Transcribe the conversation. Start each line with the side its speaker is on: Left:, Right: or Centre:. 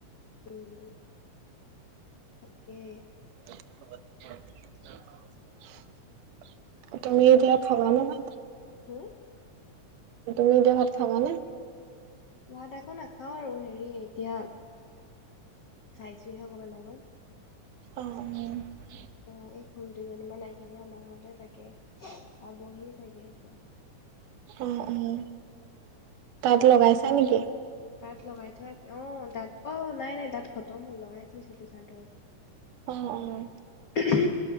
Left: উম, তাকে।
Right: <inaudible> তুমি এতিয়া খাবা নে ভাত?
Left: হম?
Right: তুমি এতিয়া ভাত খাবানে?
Left: ভাত আকৌ নাখাওঁ আৰু হেৰি এতিয়া, খাইছোহে অকমান আগত।
Right: অ'।
Left: অ', এই খুৰী দুজনী মান আহিব আমাৰ হ'লে তাকে পাবহিয় চাগে এতিয়া। <inaudible>
Right: অ', অ', তাত লগাইছা নেকি?
Left: তাত লগাই থোৱা অ', তাত অ', নাই নাই তাত খত মোৰ লগাই থৈছিলো চাদৰ।
Right: অ', অ'।
Left: উমহো,